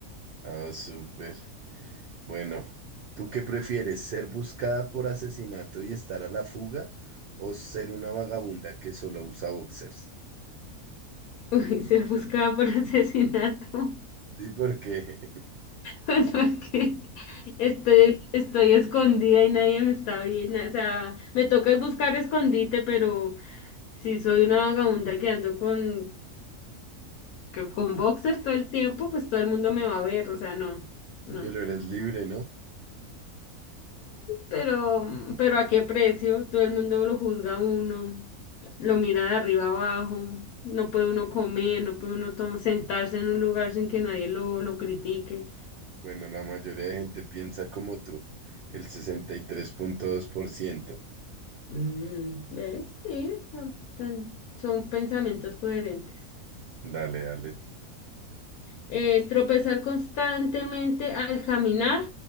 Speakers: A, on the right (about 60°); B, on the left (about 80°).
A: Oh, súper. Bueno, ¿tú qué prefieres? ¿Ser buscada por asesinato y estar a la fuga o ser una vagabunda que solo usa boxers?
B: <laughs> Uy, ser buscada por asesinato. <laughs>
A: Sí, porque, <laughs>
B: Pues porque estoy, estoy escondida y nadie me está viendo. O sea, me toca buscar escondite, pero si soy una vagabunda que ando con, que- con boxer todo el tiempo, pues todo el mundo me va a ver. O sea, no, no.
A: pero eres libre, ¿no?
B: Pero, pero ¿a qué precio? Todo el mundo lo juzga a uno, lo mira de arriba abajo, no puede uno comer, no puede uno tom- sentarse en un lugar sin que nadie lo, lo critique.
A: Bueno, la mayoría de gente piensa como tú, el sesenta y tres punto dos por ciento.
B: Mm, ¿ves? Sí, son, tan- son pensamientos coherentes.
A: Dale, dale.
B: Eh, tropezar constantemente al caminar